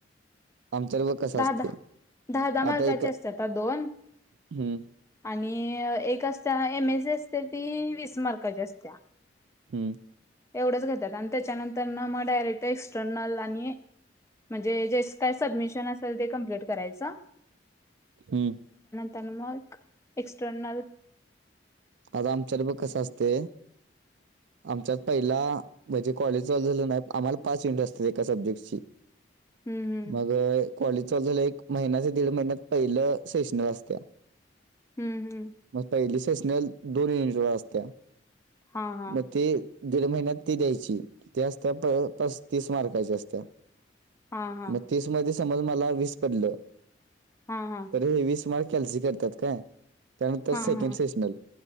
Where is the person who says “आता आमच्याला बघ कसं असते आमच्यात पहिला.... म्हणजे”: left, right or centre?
Right